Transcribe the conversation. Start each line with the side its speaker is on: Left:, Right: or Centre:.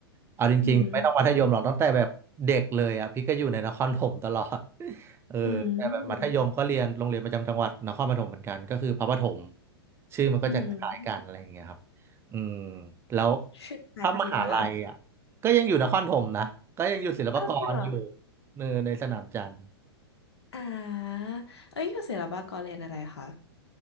Right: เอาจริงๆไม่ต้องมัธยมหรอกตั้งแต่แบบเด็กเลยอ่ะพี่ก็อยู่ในนครถมตลอด
Left: อืม
Right: <laughs> เออแต่แบบมัธยมก็เรียนโรงเรียนประจำจังหวัดนครปฐมเหมือนกันก็คือพระปฐม
Left: อืม
Right: ชื่อมันก็จะคล้ายๆกันอะไรอย่างเงี้ยครับ
Left: อืม
Right: อืมแล้ว
Left: ชื่อไทยจริงค่ะ
Right: ถ้ามหาลัยอ่ะก็ยังอยู่นครถมนะก็ยังอยู่ศิลปากรอยู่
Left: อ้าวเหรอ
Right: เนอในสนามจันทร์
Left: อ่าเอ้ยอยู่ศิลปากรเรียนอะไรคะ